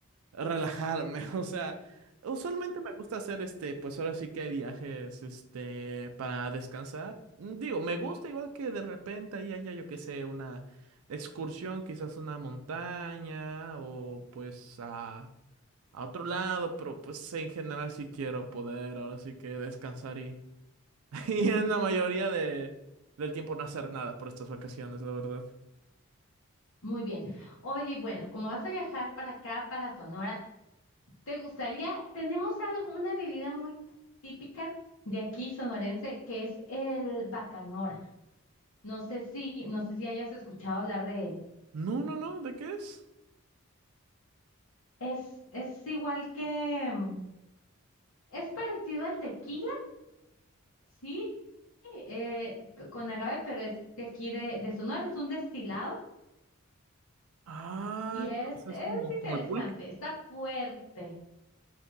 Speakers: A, on the right; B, on the left.
A: relajarme, <laughs> o sea, usualmente me gusta hacer este, pues ahora sí que hay viajes, este, para descansar. Mm, Digo, me gusta igual que de repente ahí haya, yo qué sé, una excursión, quizás una montaña o pues a, a otro lado, pero pues en general sí quiero poder, ahora sí que descansar y, <laughs> y en la mayoría de, del tiempo no hacer nada por estas vacaciones, la verdad.
B: Muy bien. Oye, bueno, como vas a viajar para acá, para Sonora, ¿te gustaría, tenemos alguna bebida muy típica de aquí sonorense que es el bacanora? No sé si, no sé si hayas escuchado hablar de él.
A: No, no, no, ¿de qué es?
B: Es, es igual que, mm, es parecido al tequila, sí, eh, p- con agave, pero es de aquí de, de Sonora, es un destilado
A: Ah,
B: y es,
A: o sea,
B: es
A: es como,
B: interesante,
A: como el pulque.
B: está fuerte.